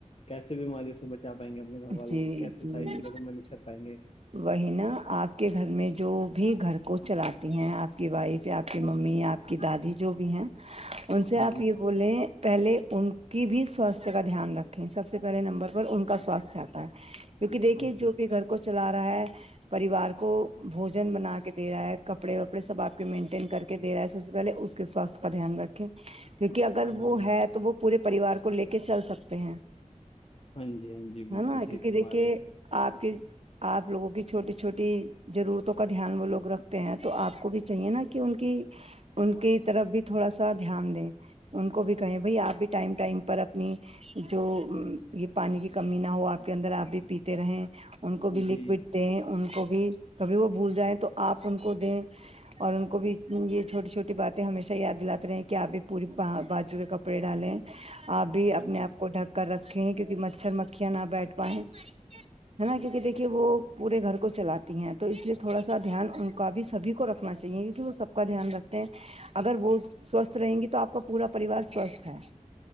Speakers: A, on the left (about 45°); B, on the right (about 50°).
A: کیسے بیماریوں سے بچا پائیں گے اپنے گھر والوں
B: جی
A: کو کیسے
B: جی
A: ساری چیزوں کو مینج کر پائیں گے
B: وہی نا آپ کے گھر میں جو بھی گھر کو چلاتی ہیں آپ کی وائف یا آپ کی ممی یا آپ کی دادی جو بھی ہیں ان سے
A: ہاں
B: آپ
A: جی
B: یہ بولیں پہلے ان کی بھی سوستھ کا دھیان رکھیں سب سے پہلے نمبر پر ان کا سوستھ چاہتا ہے کیونکہ دیکھیے
A: ہاں جی
B: جو بھی گھر کو چلا رہا ہے پریوار کو بھوجن بنا کے کے دے رہا ہے کپڑے وپڑے سب آپ مینٹین کر کے دے رہ ہے سب سے پہے اس کے سواستھ کا دھیان رکھے کیونکہ اگر
A: ہاں
B: وہ
A: جی
B: ہے تو وہ پورے پریوار کو لے کے چل سکتے ہیں
A: ہاں جی ہاں جی بالکل
B: ہے نا
A: صحیح
B: کیونکہ
A: فرما
B: دیکھیے
A: رہے ہیں
B: آپ کی آپ لوگوں کی چھوٹی چھوٹی ضرورتوں کا دھیان وہ لوگ رکھتے ہیں تو آپ کو بھی چاہیے نا کہ ان کی ان کی طرف بھی تھوڑا سا دھیان دیں ان کو بھی کہیں بھائی آپ بھی ٹائم ٹائم پر اپنی جو یہ پانی کی کمی نہ وہ آپ کے اندر آپ بھی پیتے رہیں ان کو بھی لکوڈ
A: جی
B: دیں ان کو بھی کبھی وہ بھول جائیں تو آپ ان کو دیں اور ان کو بھی یہ چھوٹی چھوٹی باتیں ہمیشہ یاد دلاتے ہیں کہ آپ بھی پوری بجو کا کپڑے ڈالیں آپ بھی
A: ہاں
B: اپنے
A: جی
B: آپ کو ڈھک کر رکھے کیوںکہ مچھر م کیا نہ بیٹھ پائے ہے نا کیونکہ دیکھیے وہ پورے گھر کو چلاتی ہیں تو اس لیے تھوڑا سا دھیان ان کا بھی سبھی کو رکھنا چاہیے کیونکہ وہ سب کا دھیان رکھ اگر وہ سوستھ رہیں گی تو آپ کا پورا پریوار سوستھ ہے